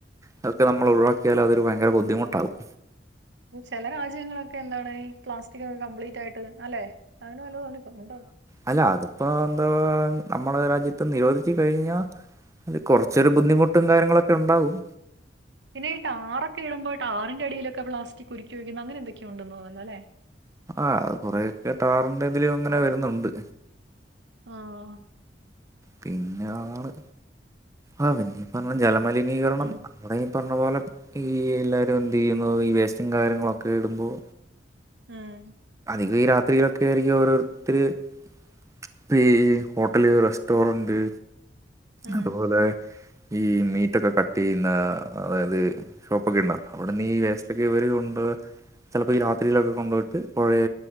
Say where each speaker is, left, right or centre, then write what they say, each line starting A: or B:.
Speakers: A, on the right (about 20°); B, on the right (about 75°).
A: അതൊക്കെ നമ്മൾ ഒഴിവാക്കിയാൽ അതൊരു ഭയങ്കര ബുദ്ധിമുട്ടാകും
B: ചില രാജ്യങ്ങളൊക്കെ എന്താണ് ഈ പ്ലാസ്റ്റിക്ക് കംപ്ലീറ്റ് ആയിട്ട് അല്ലെ അങ്ങനെ വല്ലതും ഉണ്ടോ
A: അല്ല അതിപ്പോ എന്തോ നമ്മുടെ രാജ്യത്ത് നിരോധിച്ച് കഴിഞ്ഞാൽ അത് കൊറച്ചൊരു ബുദ്ധിമുട്ടും കാര്യങ്ങളൊക്കെ ഉണ്ടാവും
B: പിന്നെ ടാറ്ക്കെ ഇടുമ്പോ ടാറിന്റെ അടിയിലെ പ്ലാസ്റ്റിക് കുരുക്കി ഒഴിക്കുന്ന അങ്ങനെ എന്തൊക്കെയ ഉണ്ടെന്ന്ന്നല്ലേ
A: ആഹ് കൊറെക്കെ ടാറിന്റെ ഇതിലും അങ്ങനെ വരുന്നുണ്ട്
B: ആഹ്
A: പിന്നാണ് ആഹ് പിന്നീ പറഞ്ഞ ജലമലിനീകരണം
B: ഉം
A: അവിടെ പറഞ്ഞ പോലെ ഈ എല്ലാവരും എന്ത് ചെയ്യുന്നു ഈ വേസ്റ്റും കാര്യങ്ങളൊക്കെ ഇടുമ്പോൾ
B: ഉം
A: ഇത് ഈ രാത്രിയിലൊക്കെ ആയിരിക്കും ഓരോരുത്തര് ഇപ്പ ഹോട്ടല് റെസ്റ്റോറന്റ്
B: ഉം
A: അതുപോലെ ഈ മീറ്റൊക്കെ കട്ട് ചെയ്യുന്ന അതായത് ഷോപ്പ് ഒക്കെ ഉണ്ടല്ലോ അവിടെന്ന് ഈ വേസ്റ്റ് ഒക്കെ ഇവര് കൊണ്ട് <unintelligible> ചിലപ്പോ ഈ രാത്രിയിലൊക്കെ കൊണ്ട് പോയിട്ട് പുഴയ